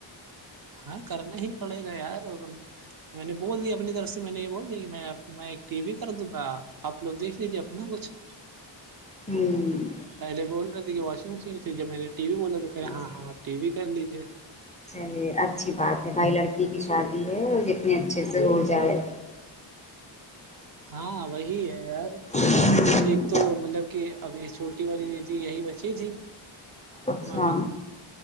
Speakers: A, on the right; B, on the left.
A: ہاں کرنا ہی پڑے گا یارو میں نے بول دییا اپنی طرف سے میں نے یہ بول دییا کہ میں میں ایک ٹی وی کر دوں گا آپ لوگ دیکھ لیجیے اپنا کچھ
B: ہوں
A: ہاں <unintelligible> پہلے بول رہے تھے کہ واشنگ مشین سے جب میں نے ٹی وی بولا تو کہہے
B: اچھا
A: ہاں ہاں ٹی وی کر لیجیے
B: یہ اچھی بات ہے بھائی لڑکی کی شادی ہے اور جتنے اچھے سے ہو جائے
A: ہاں وہی ہے یار
B: ہوں،
A: ایک تو مطلب کہ ابھی چھوٹی والی د تی یہی بچی تھی
B: اچھا
A: ماما کی